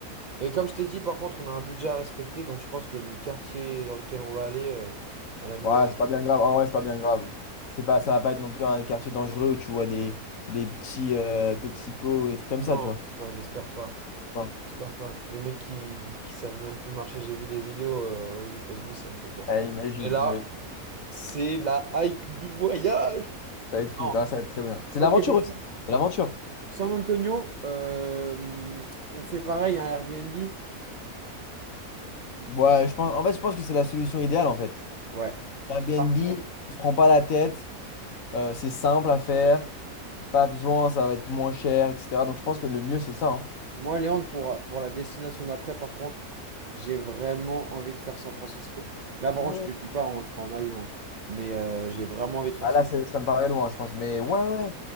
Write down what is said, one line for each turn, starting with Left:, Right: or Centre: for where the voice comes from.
Right: Et comme je t'ai dit, par contre, on a un budget à respecter, donc je pense que le quartier dans lequel on va aller, euh, à la Nouvelle-Orléans...
Left: Ouais, c'est pas bien grave. En vrai, c'est pas bien grave. C'est pas, ça va pas être non plus un quartier dangereux où tu vois des, des petits euh, toxicos ou des trucs comme
Right: Non,
Left: ça, tu vois.
Right: ouais, j'espère pas.
Left: Bon.
Right: J'espère pas. Des mecs qui, qui savent même plus marcher. J'ai vu des vidéos euh, aux États-Unis, ça me fait peur.
Left: Ouais, imagine,
Right: Et là,
Left: imagine.
Right: c'est la hype du voyage.
Left: Ça va être fou,
Right: Non.
Left: hein, ça va être très bien. C'est l'aventure
Right: Ok, donc
Left: aussi.
Right: ça.
Left: C'est l'aventure.
Right: San Antonio, euh, on fait pareil, un Airbnb.
Left: Ouais, je pense, en fait, je pense que c'est la solution idéale, en fait.
Right: Ouais.
Left: Airbnb,
Right: Par contre,
Left: on se prend pas la tête. euh, c'est simple à faire. pas besoin, ça va être moins cher, etc. Donc je pense que le mieux, c'est ça. hein.
Right: moi, Léandre, pour, pour la destination d'après, par contre, j'ai vraiment envie de faire San Francisco. Là, par
Left: Ouh.
Right: contre, je te dis pas, on le fera en avion. hein. Mais euh, j'ai vraiment envie de faire
Left: Ah
Right: San
Left: là, c'est-
Right: Francisco.
Left: ça me paraît loin, je pense. Mais ouais, ouais.